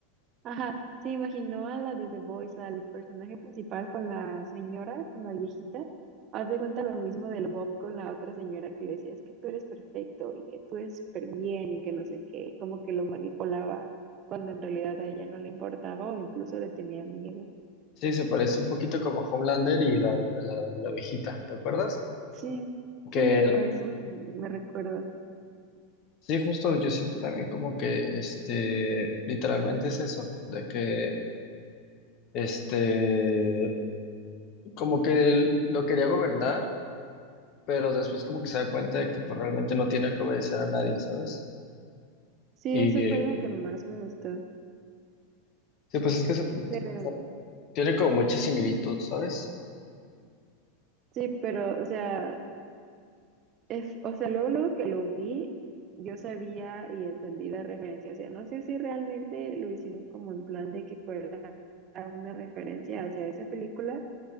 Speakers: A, on the right; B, on the left.
A: Ajá, se imaginó a la de The Voice, al personaje principal con la señora, con la viejita. Haz de cuenta lo mismo del Bob con la otra señora que le decía, es que tú eres perfecto y que tú eres súper bien y que no sé qué, y como que lo manipulaba cuando en realidad a ella no le importaba o incluso le tenía miedo.
B: Sí, se parece un poquito como Homelander y la, la, la viejita, ¿te acuerdas?
A: Sí, sí,
B: Que
A: a eso me me recuerda.
B: sí, justo yo siento también como que este, literalmente es eso, de que este, como que él lo quería gobernar, pero después como que se da cuenta de que pues, realmente no tiene que obedecer a nadie, ¿sabes?
A: Sí,
B: Y
A: eso
B: eh,
A: fue lo que más me gustó.
B: sí, pues es que se- o
A: Pero,
B: sea, tiene como mucha similitud, ¿sabes?
A: sí, pero, o sea, es, o sea, luego, luego que lo vi, yo sabía y entendí la referencia. O sea, no sé si realmente lo hicieron como en plan de que fuera a una referencia hacia esa película,